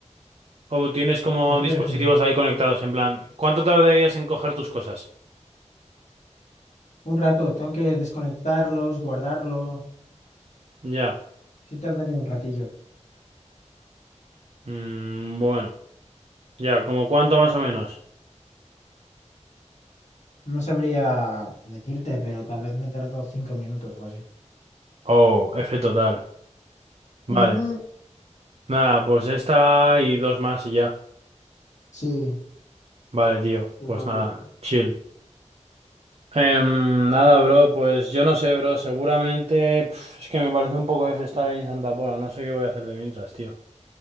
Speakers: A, on the right (about 55°); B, on the left (about 70°).
A: ¿O tienes como
B: ¿A qué
A: dispositivos
B: te refieres?
A: ahí conectados? En plan, ¿cuánto tardarías en coger tus cosas?
B: Un rato, tengo que desconectarlos, guardarlo.
A: Ya.
B: Sí tardaría un ratillo.
A: Mm, bueno. Ya, ¿como cuánto más o menos?
B: No sabría decirte, pero tal vez me tardo cinco minutos o así.
A: Oh, F total. Vale.
B: Ujú,
A: Nada, pues esta y dos más y ya.
B: Sí,
A: Vale, tío.
B: pero
A: Pues nada,
B: no.
A: chill. Em, nada, bro, pues yo no sé, bro. Seguramente pf, es que me parece un poco F estar
B: Sí.
A: ahí en Santa Pola. No sé qué voy a hacer de mientras, tío.